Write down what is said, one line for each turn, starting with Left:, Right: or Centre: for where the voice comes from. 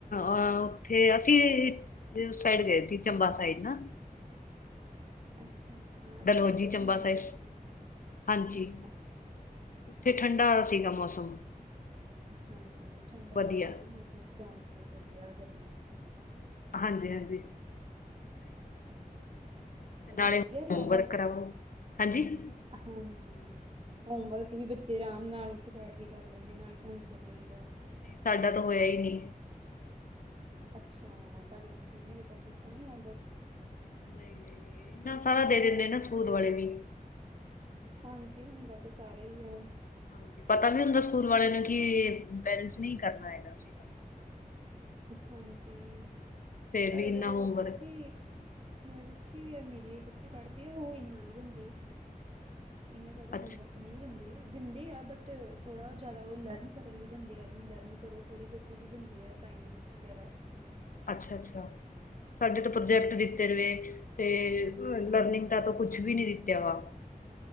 Left: ਆ ਉੱਥੇ ਅਸੀਂ ਅਸੀਂ ਉਸ ਸਾਈਡ ਗਏ ਸੀ, ਚੰਬਾ ਸਾਈਡ ਨਾ।
Right: ਅੱਛਾ-ਅੱਛਾ-ਅੱਛਾ,
Left: ਡਲਹੌਜੀ,
Right: ਓਦਾਂ
Left: ਚੰਬਾ
Right: ਘੁੰਮਣ
Left: ਸਾਈਡ,
Right: ਫਿਰਨ ਗਏ
Left: ਹਾਂਜੀ।
Right: ਅੱਛਾ <inaudible>
Left: ਉੱਥੇ ਠੰਡਾ, ਸੀਗਾ ਮੌਸਮ।
Right: ਹਾਂਜੀ ਠੰਡਾ,
Left: ਵਧੀਆ।
Right: ਠੰਢੇ ਮੌਸਮ ਜਾਨ ਨੂੰ ਵਧੀਆ ਗਰਮੀਆਂ ਚ ਤਾਂ
Left: ਹਾਂਜੀ-ਹਾਂਜੀ
Right: ਅੱਛਾ ਜੀ, ਉੱਥੇ
Left: ਨਾਲੇ
Right: ਵਧੀਆ
Left: ਹੋਮਵਰਕ
Right: ਰਿਹਾ ਤੁਹਾਡਾ।
Left: ਕਰਾਵੋ। ਹਾਂਜੀ। ਨਹੀਂ
Right: ਹਾਂਜੀ ਹੋਮਵਰਕ ਵੀ ਬੱਚੇ ਆਰਾਮ ਨਾਲ ਉੱਥੇ ਬੈਠ ਕੇ ਕਰ ਲੈਂਦੇ, ਨਾਲ ਘੁੰਮ ਫਿਰ ਲਈ ਦਾ।
Left: ਸਾਡਾ ਤਾਂ ਹੋਇਆ ਹੀ ਨਹੀਂ
Right: ਅੱਛਾ ਤੁਹਾਡੇ ਬੱਚੇ ਨੇ ਹਜੇ ਤੱਕ ਕੀਤਾ ਨੀ ਹੋਮਵਰਕ
Left: ਨਹੀਂ-ਨਹੀਂ ਇਨਾ ਸਾਰਾ ਦੇ ਦਿੰਦੇ ਨਾ ਸਕੂਲ ਵਾਲੇ ਵੀ
Right: ਹਾਂਜੀ ਹੁੰਦਾ ਤਾਂ ਸਾਰਾ ਹੀ ਆ
Left: ਹਾਂ ਪਤਾ ਨੀ ਹੁੰਦਾ ਸਕੂਲ ਵਾਲਿਆਂ ਨੂੰ, ਕਿ ਪੇਰੈਂਟਸ ਨੇ ਕਰਨਾ ਹੈਗਾ ਸੀਗਾ
Right: ਹਾਂਜੀ,
Left: ਫੇਰ
Right: ਪਰ
Left: ਵੀ ਇੰਨਾ ਹੋਮਵਰਕ
Right: ਜਿੱਥੇ ਜਿੱਥੇ ਵੀ ਆ ਮੇਰੇ ਬੱਚੇ ਪੜ੍ਹਦੇ ਆ, ਉਹ ਇੰਨਾ ਨਹੀਂ ਦਿੰਦੇ ਇੰਨਾ ਜਿਆਦਾ ਉਹਦਾ
Left: ਅੱਛ
Right: ਹੋਮਵਰਕ ਨਹੀਂ ਦਿੰਦੇ, ਦਿੰਦੇ ਆ ਬਟ ਥੋੜਾ ਜਿਆਦਾ ਉਹ ਲਰਨ ਕਰਨ ਲਈ ਦਿੰਦੇ ਆ ਵੀ ਲਰਨ ਕਰੋ ਥੋੜੀ ਬਹੁਤ ਇਹ ਵੀ ਦਿੰਦੇ ਆ ਅਸਾਈਨਮੈਂਟਸ ਵਗੈਰਾ
Left: ਅੱਛਾ-ਅੱਛਾ, ਸਾਡੇ ਤਾਂ ਪ੍ਰੋਜੈਕਟ
Right: ਹਾਂਜੀ
Left: ਦਿੰਦੇ ਤੇ, ਲਰਨਿੰਗ ਦਾ ਤਾ ਕੁੱਛ ਵੀ ਨੀ ਦਿੱਤਾ ਵਾ